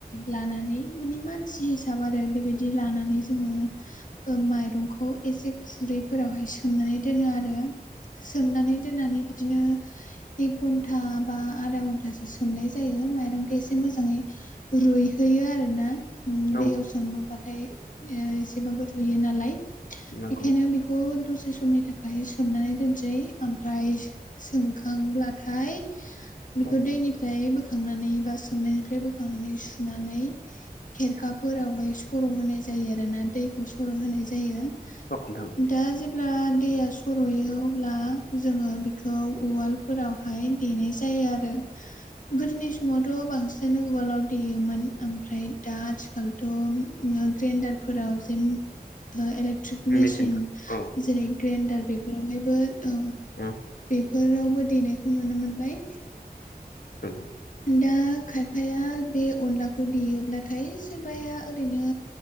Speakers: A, on the left; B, on the left.
A: लानानै मानि मान सि हिसाब आरो बेबायदि लानानै जोङो ओ माइरंखौ एसे खुरैफोरावहाय सोमनानै दोनो आरो। सोमनानै दोननानै बिदिनो एक घन्टा घन्टा बा आदा घन्टासो सोमनाय जायो माइरंखौ एसे मोजाङै रुइहोयो आरो ना। ओम
B: नंगौ
A: दैयाव सोमोबाथाय ओ एसेबाबो रुयो नालाय।
B: नंगौ
A: बेखायनो बेखौ दसे समनि थाखाय सोमनानै दोनसै, आमफ्राय सो-सोमखांब्लाथाय बेखौ
B: औ
A: दैनिफ्राय बोखांनानै बा सोमनायनिफ्राय बोखांनानै सु नानै खेरखा फोरावहाय सर' होनाय जायो आरो ना दैखौ सर' होनाय जायो।
B: औ नोंथां।
A: दा जेब्ला दैया सर'यो अब्ला जोङो बेखौ उवालफोरावहाय देनाय जायो आरो। गोदोनि समावथ' बांसिनानो उवालाव देयोमोन। ओमफ्राय दा आथिखालथ' ओ ग्रेन्डारफोराव जे ओ इलेकट्रिक मेसिन
B: मेसेनफोर औ
A: जेरै ग्रेइन्डार बेफोरावहायबो, औ।
B: औ।
A: बेफोरावबो देनायखौ नुनो मोनबाय।
B: नंगौ।
A: दा खायफाया बे अनलाखौ देयोब्लाथाय सोरबाया ओरैनो